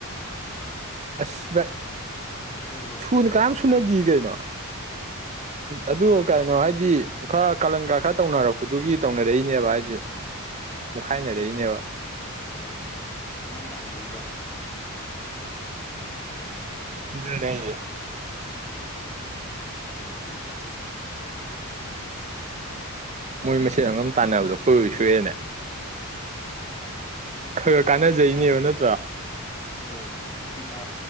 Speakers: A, on the right (about 30°); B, on the left (about 15°).
A: ꯑꯁꯚ
B: ꯑꯗꯨꯒ
A: ꯁꯨꯅ ꯀꯔꯝ
B: ꯑꯗꯨꯝ
A: ꯁꯨꯅꯗꯤ ꯀꯩꯅꯣ ꯑꯗꯨ ꯀꯩꯅꯣ ꯍꯥꯏꯗꯤ ꯈꯔ ꯀꯥꯂꯪꯒꯥ ꯈꯔ ꯇꯧꯅꯔꯛꯄꯗꯨꯒꯤ ꯇꯧꯅꯔꯛꯏꯅꯦꯕ ꯍꯥꯏꯗꯤ ꯃꯨꯛꯈꯥꯏꯅꯔꯛꯏꯅꯦꯕ
B: ꯍꯣꯏ ꯑꯉꯝꯇꯥꯂꯛꯏꯕ
A: ꯂꯩꯔ
B: ꯃ ꯊ ꯋꯥꯔꯤꯝ ꯊ
A: ꯃꯣꯏ ꯃꯁꯦꯟ ꯑꯉꯝ ꯇꯥꯟꯅꯕꯗꯣ ꯀꯣꯏ ꯁꯨꯨꯔꯦꯅꯦ
B: ꯎꯝ
A: ꯈꯔ ꯀꯥꯟꯅꯖꯩꯅꯦꯕ ꯅꯠꯇ꯭ꯔꯥ
B: ꯍꯣꯏ ꯖꯤꯄꯤꯀꯥ